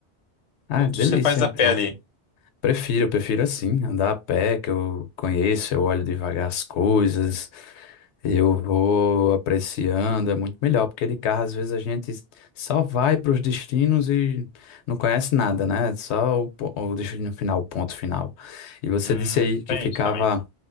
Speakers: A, on the left; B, on the left.
A: Ah,
B: tudo
A: delícia,
B: você faz
A: então.
B: a pé ali.
A: Prefiro, eu prefiro assim, andar a pé, que eu conheço, eu olho devagar as coisas, eu vou apreciando, é muito melhor, porque de carro às vezes a gente só vai para os destinos e não conhece nada, né? Só o, po- o destino final, o ponto final. E você
B: Hum,
A: disse aí que
B: tem
A: ficava
B: isso também.